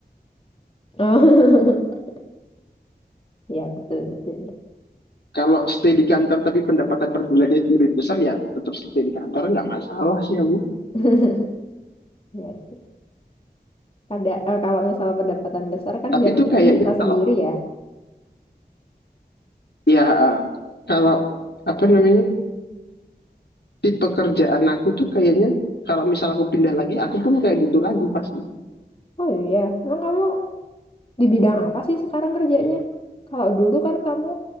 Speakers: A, on the left; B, on the left.
A: Oh, <laughs> ya betul betul.
B: Kalau stay di kantor tapi pendapatan per bulannya lebih besar ya tetap stay di kantor nggak masalah sih ya Bu.
A: <laughs> Ya sih. kada eh, kalau misal pendapatan besar kan
B: Tapi
A: jalan-jalan
B: tuh kayaknya
A: bisa
B: kalau
A: sendiri ya.
B: ya eh, kalau apa namanya di pekerjaan aku tuh kayaknya kalau misal aku pindah lagi aku pun kayak gitu lagi pasti
A: Oh iya, emang kamu di bidang apa sih sekarang kerjanya? Kalau dulu kan kamu